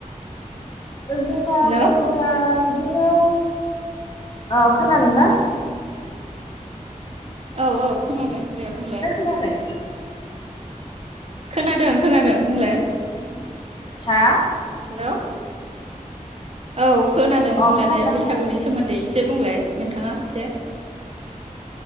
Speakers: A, on the left; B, on the right.
A: जोंना
B: हेलौ
A: बर' फ्रा बिदिनो अ खोनादोंना?
B: औ औ खोनादों दे बुंलाय।
A: खोनाखै।
B: खोनादों खोनादों बुंलाय।
A: हा?
B: हेल'। औ खोनादों
A: अ
B: बुंलाय
A: खोनादोंना
B: दे
A: खोनायाखै
B: बैसागुनि सोमोन्दै एसे बुंलाय नोंथाङा एसे।